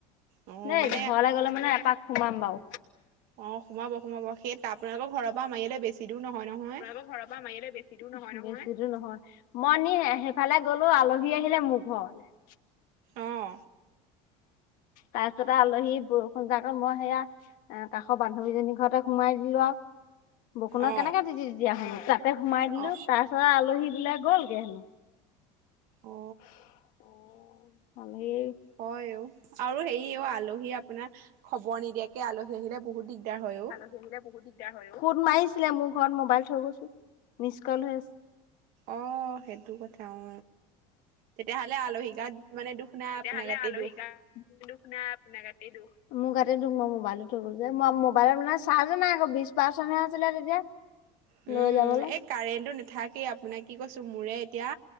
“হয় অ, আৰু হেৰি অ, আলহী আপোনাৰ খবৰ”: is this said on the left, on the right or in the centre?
Right